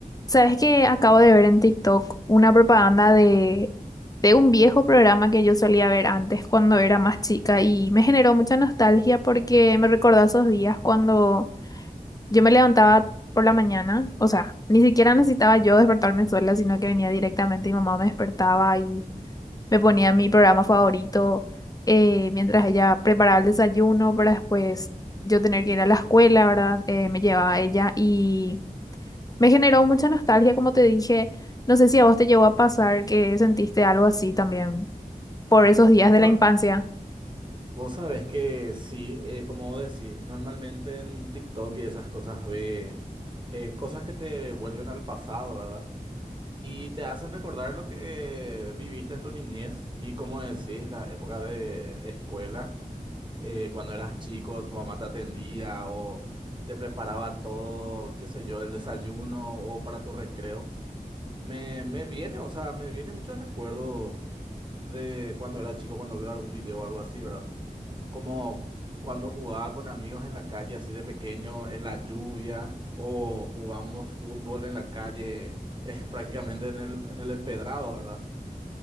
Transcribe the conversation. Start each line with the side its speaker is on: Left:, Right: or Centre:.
Left: Sabes que acabo de ver en TikTok una propaganda de, de un viejo programa que yo solía ver antes cuando era más chica y me generó mucha nostalgia porque me recordó a esos días cuando yo me levantaba por la mañana, o sea, ni siquiera necesitaba yo despertarme sola, sino que venía directamente, mi mamá me despertaba y me ponía mi programa favorito eh, mientras ella preparaba el desayuno para después yo tener que ir a la escuela, ¿verdad? Eh, me llevaba ella y... Me generó mucha nostalgia, como te dije. No sé si a vos te llegó a pasar que sentiste algo así también por esos días
Right: Vos,
Left: de
Right: sa-
Left: la infancia.
Right: vos sabés que sí, eh, como vos decís, normalmente en TikTok y esas cosas ves eh, cosas que te vuelven al pasado, ¿verdad? Y te hacen recordar lo que viviste en tu niñez y como decís, las épocas de escuela, eh, cuando eras chico, tu mamá te atendía o te preparaba todo, qué sé yo, el desayuno o para tu recreo. Me, me viene, o sea, me vienen muchos recuerdos de cuando era chico, cuando veo algún video o algo así, ¿verdad? como cuando jugaba con amigos en la calle, así de pequeño, en la lluvia, o jugábamos fútbol en la calle, <laughs> eh, prácticamente en el, en el empedrado, ¿verdad?